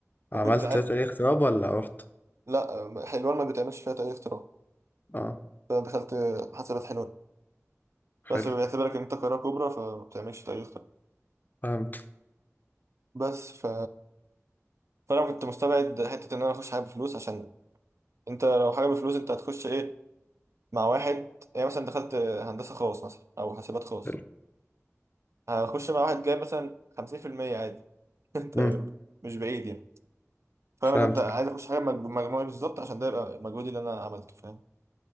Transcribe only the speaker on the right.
وكنت ع...
لا آه، حلوان ما بتعملش فيها تأي اختراع
فدخلت آه، حسابات حلوان بس
بيعتبرك ان انت قاهرة كبرى فما بتعملش تأي اختراع
بس ف فانا كنت مستبعد حتة ان انا اخش حاجة بفلوس عشان انت لو حاجة بفلوس انت هتخش ايه مع واحد يعني مثلا دخلت آه، هندسة خاص مثلا او حاسبات خاص
هخش مع واحد جايب مثلا 50% عادي <laughs> انت
مش بعيد يعني فانا
كنت عايز اخش حاجة بمجموعي بالظبط عشان ده يبقى مجهودي اللي انا عملته فاهم